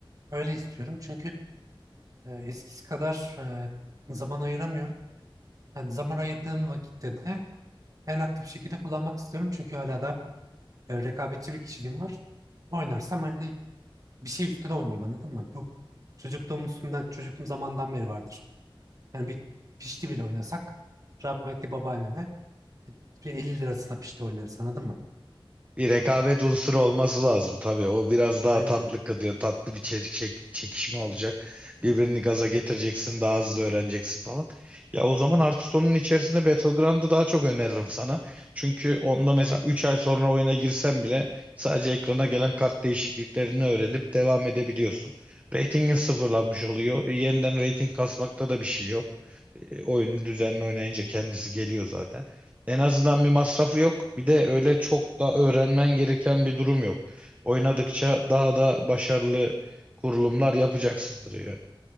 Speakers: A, on the right; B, on the right.
A: Öyle istiyorum çünkü eee, eskisi kadar eee, zaman ayıramıyorum. Yani zaman ayırdığım vakitte de en aktif şekilde kullanmak istiyorum. Çünkü hala da e, rekabetçi bir kişiliğim var. Oynarsam hani bir şey üstüne oynayayım anladın mı? Bu çocukluğum üstünden, çocukluğum zamandan beri vardır. Yani bir pişti bile oynasak rahmetli babaannemle bir 50 lirasına pişti oynarız anladın mı?
B: Bir rekabet unsuru olması lazım tabii. O biraz daha
A: Aynen
B: tatlı
A: öyle.
B: kılıyor. Tatlı bir çe- çek- çekişme olacak. Birbirini gaza getireceksin, daha hızlı öğreneceksin falan. Ya o zaman Hearthstone'un içerisinde Battleground'ı daha çok öneririm sana. Çünkü onda mesela 3 ay sonra oyuna girsen bile sadece ekrana gelen kart değişikliklerini öğrenip devam edebiliyorsun. Ratingin sıfırlanmış oluyor. E, yeniden rating kasmakta da bir şey yok. E, oyunu düzenli oynayınca kendisi geliyor zaten. En azından bir masrafı yok. Bir de öyle çok da öğrenmen gereken bir durum yok. Oynadıkça daha da başarılı kurulumlar yapacaksındır ya.